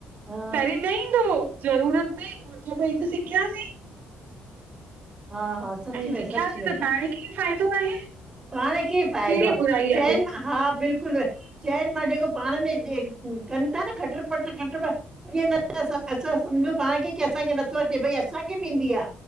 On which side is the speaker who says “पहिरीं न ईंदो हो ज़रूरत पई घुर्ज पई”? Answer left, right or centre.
Right